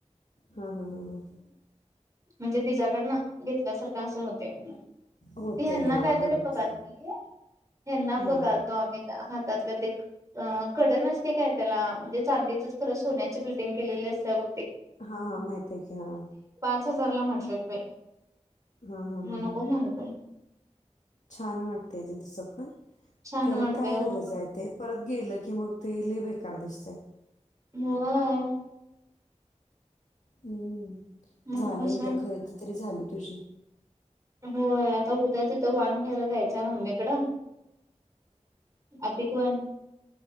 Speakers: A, on the left (about 85°); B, on the right (about 25°).
A: हा हा हा हा
B: म्हणजे तिच्या्याकडनं घेतल्यासारखं असं होते
A: होते
B: ती हना
A: हां
B: कायतरी
A: दोघींचं
B: बघाल त हना
A: हां
B: बघालतो आम्ही का त्यातलं ते कडन असते काय त्याला म्हणजे चांदीचच खरं सोन्याची बिल्डिंग केलेली असते ब
A: हा हा माहित आहे की हा
B: पाच हजारला म्हटलेत बाई
A: हां हां
B: म्हणकम
A: हां हां
B: म्हणत
A: छान वाटतय त त सपन
B: छान
A: ख
B: वाटते
A: काय
B: हो.
A: गरज आहे ते परत गेलं की मग ते इल बेकार दिसते.
B: ह <unintelligible>
A: हम्म.
B: म्हणूनच
A: झालं एकदा
B: मग
A: खरेदी तरी झाली. तुज्य.
B: हो आता उद्या तिथं वान घ्यायला जायचं मम्मीकड अधिक वान.